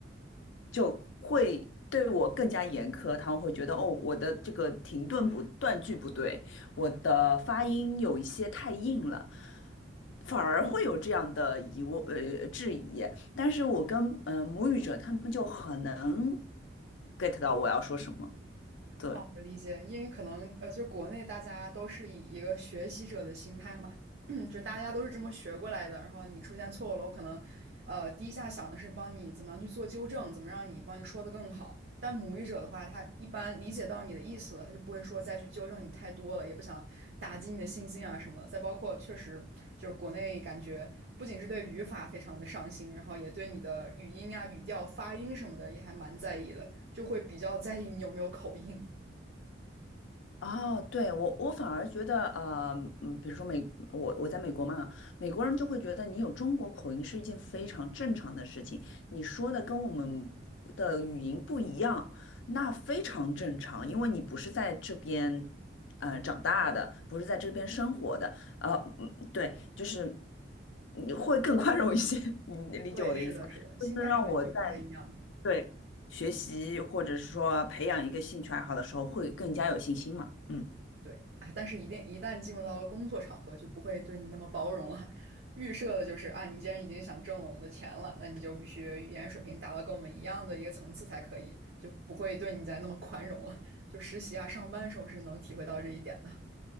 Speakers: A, on the left; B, on the right.
A: 就会对我更加严苛，他们会觉得哦，我的这个停顿不断句不对，我的发音有一些太硬了，反而会有这样的疑问呃质疑。但是我跟嗯、呃母语者他们就很能 get 到我要说什么，对。
B: 哦，理解，因为可能呃，就是国内大家都是以一个学习者的心态嘛，<clears throat> 就大家都是这么学过来的，然后你出现错误了，我可能呃第一下想的是帮你怎么样去做纠正，怎么让你帮你说的更好。但母语者的话，他一般理解到你的意思了他就不会说再去纠正你太多了，也不想打击你的信心啊什么的。再包括确实就是国内感觉不仅是对语法非常的上心，然后也对你的语音啊、语调、发音什么的也还蛮在意的，就会比较在意你有没有口音。
A: 哦，对，我我反而觉得，呃，嗯，比如说美，我我在美国嘛，美国人就会觉得你有中国口音是一件非常正常的事情，你说的跟我们的语音不一样，那非常正常，因为你不是在这边，呃，长大的，不是在这边生活的，呃，嗯对，就是你会更宽容一些，<laughs> 你理解我的意思吗？
B: 对，是的，是的，
A: 就是让我在。
B: 心态上面就不太一样。
A: 对，学习或者是说培养一个兴趣爱好的时候，会更加有信心嘛。嗯，
B: 对啊，但是一定一旦进入到了工作场合，就不会对你那么包容了。预设的就是啊，你既然已经想挣我们的钱了，那你就必须语言水平达到跟我们一样的一个层次才可以，就不会对你再那么宽容了。就实习啊、上班的时候是能体会到这一点的。